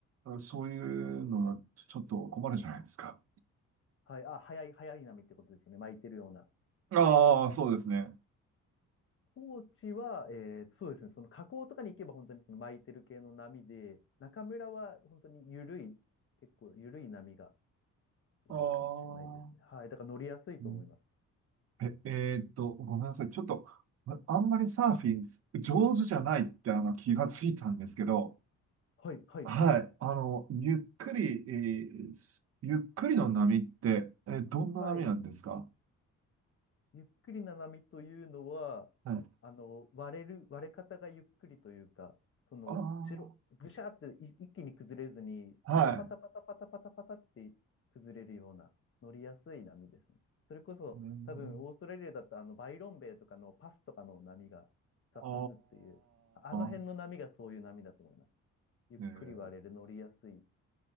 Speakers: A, on the right; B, on the left.
A: そういうのはちょっと困るじゃないですか。
B: はい。あ、早い、早い波ってことですよね。巻いてるような。
A: ああ、そうですね。
B: 高知は、えーそうですね、その河口とかに行けば本当にその巻いてる系の波で、中村は本当に緩い、結構緩い波が多いかもしれないですね。
A: ああ、
B: はい、だから乗りやすいと思います。
A: うんえ、えーっと、ごめんなさい。ちょっと、ああんまりサーフィン上手じゃないってあの気がついたんですけど、
B: はい、はい、
A: はい。あの、ゆっくり、えーすゆっくりの波って、えーどんな波なんですか
B: はい。ゆっくりな波というのは、
A: はい。
B: あの、割れる、割れ方がゆっくりというか、その、
A: あ
B: 白、ぐしゃってい一気に崩れずに、
A: あ、
B: パタパタパタパタパタパタって崩れるような、
A: はい。
B: 乗りやすい波ですね。それこそ、
A: うん
B: 多分、オーストラリアだと、あの、バイロンベイとかのパスとかの波が、ザ・
A: あ
B: パスっていう、ああの辺の波がそういう波だと思います。
A: あ、
B: ゆっくり割れる、
A: えー
B: 乗りやすい。